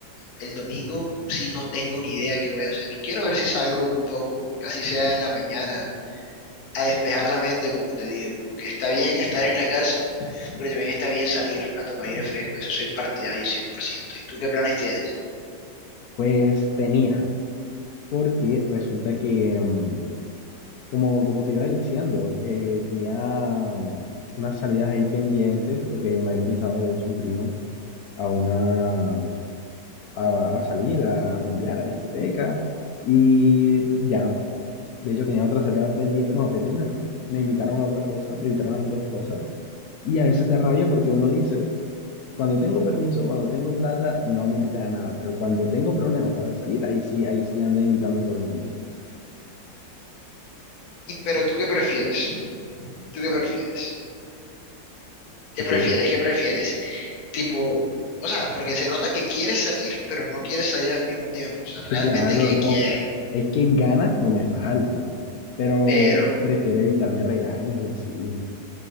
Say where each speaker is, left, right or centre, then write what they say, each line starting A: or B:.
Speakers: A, on the left; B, on the left.
A: El domingo sí no tengo ni idea qué voy a hacer. Quiero ver si salgo un poco, así sea en la mañana, a despejar la mente, como te digo. Como que está bien estar en la casa, pero también está bien salir a tomar aire fresco. Eso soy partidario cien por ciento ¿Y tú qué planes tienes?
B: Pues tenía, porque resulta que mm, Como, como te iba diciendo, eh, tenía mm, unas salidas ahí pendientes porque me había invitado, de hecho, un primo a una a, a salir, a rumbear, a discoteca y ya no. De hecho, tenía otra salida pendiente, bueno, pendiente no. Me invitaron a otra cosa, me invitaron a dos cosas y a veces da rabia porque uno dice, cuando tengo permiso, cuando tengo plata, no me invitan a nada, pero cuando tengo problemas para salir, ahí sí, ahí sí anda invitando a todo el mundo.
A: Y, pero tú qué prefieres? ¿Tú qué prefieres? ¿Qué
B: ¿Ok?
A: prefieres? ¿Qué prefieres? tipo, o sea, porque se nota que quiere salir, pero no quiere salir al mismo tiempo, o sea, realmente
B: Sí, claro,
A: que
B: no.
A: quiere,
B: Es que ganas no me faltan, pero
A: pero
B: prefiero evitarme regaños y así.